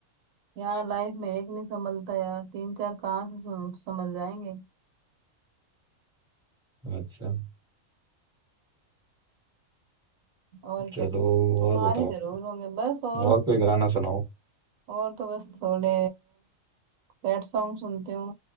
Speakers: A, on the right; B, in the centre.
A: यहाँ लाइफ में एक नहीं संभलता यार तीन चार कहाँ से सुन- संभल जाएंगे
B: अच्छा
A: और क्या
B: चलो
A: तुम्हारे
B: और बताओ
A: जरूर
B: फिर।
A: होंगे बस और
B: और कोई गाना सुनाओ
A: और तो बस थोड़े सैड सॉन्ग सुनती हूँ